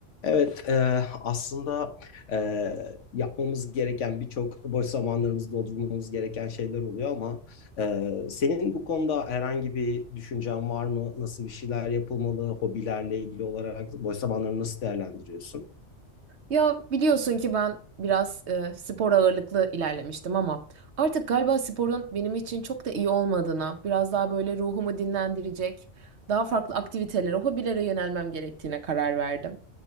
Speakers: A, on the left; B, on the right.
A: Evet, e, aslında e, yapmamız gereken birçok boş zamanlarımızı doldurmamız gereken şeyler oluyor ama e, senin bu konuda herhangi bir düşüncen var mı? Nasıl bir şeyler yapılmalı? Hobilerle ilgili olarak boş zamanlarını nasıl değerlendiriyorsun?
B: Ya biliyorsun ki ben biraz e, spor ağırlıklı ilerlemiştim ama artık galiba sporun benim için çok da iyi olmadığına, biraz daha böyle ruhumu dinlendirecek, daha farklı aktivitelere, hobilere yönelmem gerektiğine karar verdim.